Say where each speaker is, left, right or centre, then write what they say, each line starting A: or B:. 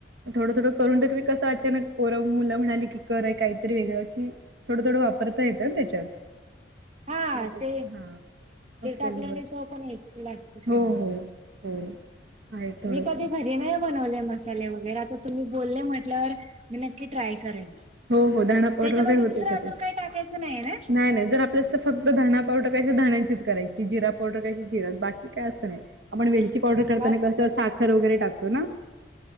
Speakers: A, on the right; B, on the right.
A: थोडं थोडं करून देत मी कसं अचानक पोरं मुलं म्हणाली की करय काहीतरी वेगळं की थोडं थोडं वापरता येतं ना त्याच्यात
B: हा
A: लगेच
B: ते
A: हा
B: ते
A: असलेलं
B: टाकल्याने
A: होय
B: चव पण एक लागते चांगली
A: हो हो हो आहे थोडं
B: मी कधी
A: थोडं
B: घरी नाही बनवले मसाले वगैरे आता तुम्ही बोलले म्हटल्यावर मी नक्की ट्राय करेन
A: हो
B: त्याच्यामध्ये
A: हो धणा पावडर वगैरे होते
B: दुसरं
A: त्याच्यात.
B: अजून काही टाकायचं नाही ना
A: नाही जर आपल्या फक्त धणा पावडर कश धण्याचीच करायची जिरा पावडर कशी जिरा बाकी काय असं नाही आपण वेलची पावडर करताना
B: बा
A: कसं साखर वगैरे टाकतो ना